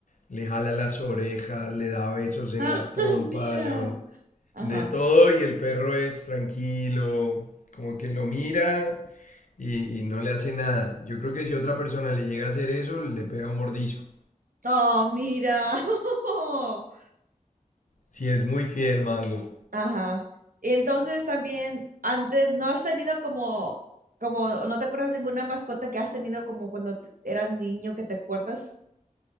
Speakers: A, on the left; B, on the right.
A: le jala las orejas, le da besos en
B: Ah,
A: la
B: <laughs>
A: trompa,
B: mira.
A: lo,
B: ajá.
A: de todo y el perro es tranquilo, como que lo mira y, y no le hace nada. Yo creo que si otra persona le llega a hacer eso, le pega un mordisco.
B: Oh, mira. <laughs>
A: Si es muy fiel, Mango.
B: Ajá. Y entonces también, antes, ¿no has tenido como, como, no te acuerdas de ninguna mascota que has tenido como cuando te- eras niño que te acuerdas?